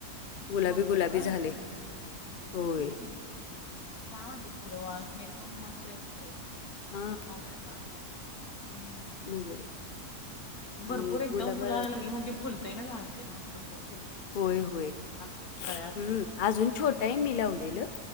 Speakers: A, on the left; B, on the left.
A: गुलाबी
B: मोगऱ्याला
A: गुलाबी
B: व्हय
A: झाले. होय.
B: हम्म छान वाते ख र वा स्मेल पण मस्त येत.
A: हा.
B: मोगऱ्याचा हम्म.
A: मोगरे आणि
B: भरपूर एकदम
A: गुलाबा
B: फुलायला लागली म्हणजे फुल. ते झाडते मस्त फु
A: होय होय.
B: हा कळळे हत.
A: हम्म अजून छोटंय मी लावलेलं